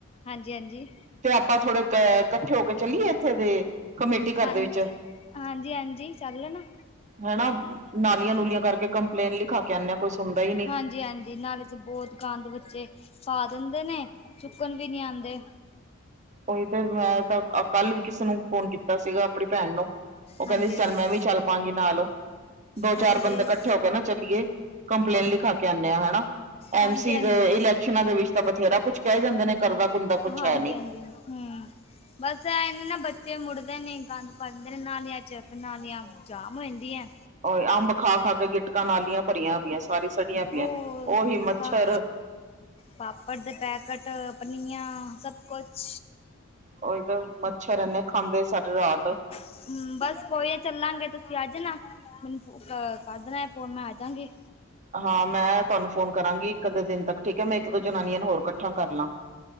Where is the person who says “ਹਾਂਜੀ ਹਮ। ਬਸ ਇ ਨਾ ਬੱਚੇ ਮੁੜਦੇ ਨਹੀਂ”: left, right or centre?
Left